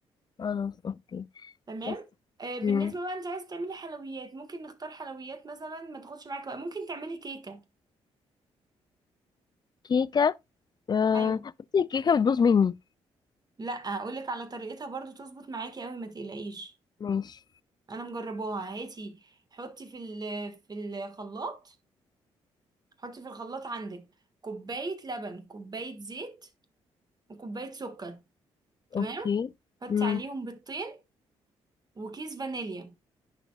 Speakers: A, on the left (about 35°); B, on the right (about 30°).
A: خلاص اوكي
B: تمام
A: بس
B: آه بالنسبة
A: مم.
B: بقى انت عايز تعملي حلويات ممكن نختار حلويات مثلا ما تاخدش معاكي بقى ممكن تعملي كيكة
A: كيكة آه،
B: ايوه
A: بس الكيكة بتبوظ مني
B: لا هقولك على طريقتها برضو تظبط معاكي قوي ما تقلقيش
A: ماشي
B: انا مجرباها هاتي حطي في ال في الخلاط حطي في الخلاط عندك كوباية لبن كوباية زيت وكوباية سكر تمام
A: اوكي
B: حطي
A: مم.
B: عليهم بيضتين وكيس فانيليا